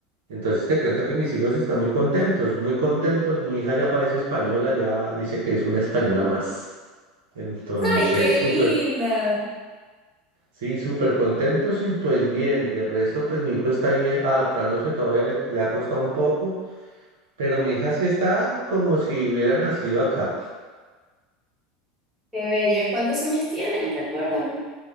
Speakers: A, on the right; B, in the centre.
A: Entonces te cuento que mis hijos están muy contentos, muy contentos. Mi hija ya parece española, ya dice que es una española más. Entonces,
B: ¡Ay, qué linda!
A: súper, sí, súper contentos y pues bien, del resto pues mi hijo está ahí eh, adaptándose, todavía le, le ha costado un poco, pero mi hija sí está como si hubiera nacido acá.
B: ¡Qué bella! ¿Cuántos años tienen? Recuérdame.